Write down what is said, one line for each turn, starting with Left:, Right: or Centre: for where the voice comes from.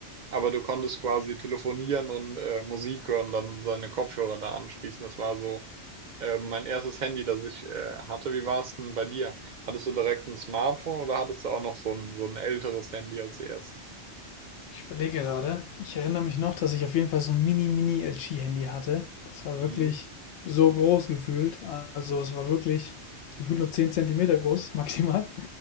Right: Aber du konntest quasi telefonieren und äh, Musik hören, dann seine Kopfhörer da anschließen. Das war so äh, mein erstes Handy, das ich äh, hatte, wie war es denn bei dir? Hattest du direkt ein Smartphone oder hattest du auch noch so ein, so ein älteres Handy als erstes?
Left: Ich überlege gerade. Ich erinnere mich noch, dass ich auf jeden Fall so ein Mini-Mini-LG-Handy hatte. Das war
Right: Mhm,
Left: wirklich so groß gefühlt. Also es war wirklich gefühlt nur 10 Zentimeter groß, <laughs> maximal.